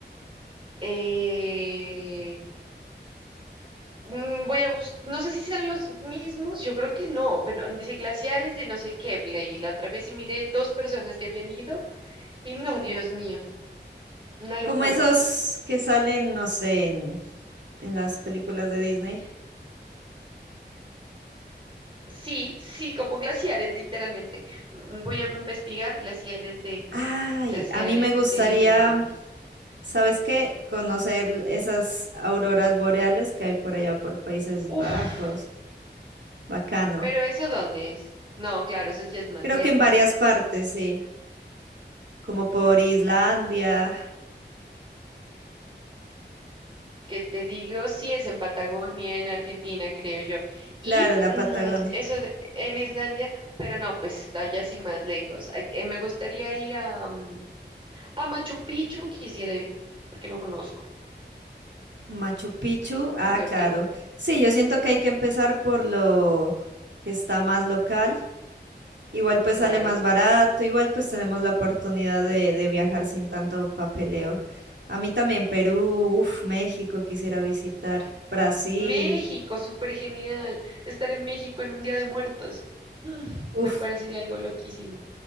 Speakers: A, on the right; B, on the right.
A: Eh, mm, voy a buscar, no sé si sean los mismos, yo creo que no, pero dice glaciares de no sé qué, leí la otra vez y miré dos personas que habían ido y no, Dios mío, una locura.
B: Como esos que salen, no sé, en, en las películas de Disney.
A: Sí, sí, como glaciares, literalmente. Mm, Voy a investigar glaciares de,
B: Ay,
A: glaciares
B: a mí me gustaría,
A: de, mm,
B: ¿sabes qué? Conocer esas auroras boreales que hay por allá por Países
A: uf,
B: Bajos. Bacano.
A: pero ¿eso dónde es? No, claro, eso ya es más
B: Creo
A: lejos.
B: que en varias partes, sí. Como por Islandia,
A: que te digo, sí es en Patagonia, en Argentina, creo yo. Y
B: claro, la
A: mm,
B: Patagonia.
A: eso de- en Islandia, pero no, pues está allá sí más lejos. Ay, eh, me gustaría ir a, mm, a Machu Picchu, quisiera ir porque no conozco.
B: Machu Picchu, ah,
A: ¿Tú qué
B: claro.
A: opinas?
B: Sí, yo siento que hay que empezar por lo que está más local. Igual pues
A: Claro.
B: sale más barato, igual pues tenemos la oportunidad de, de viajar sin tanto papeleo. A mí también Perú, uff, México quisiera visitar, Brasil,
A: México, súper genial. Estar en México en un Día de Muertos. <laughs> Mm,
B: uff,
A: me parecería algo loquísimo.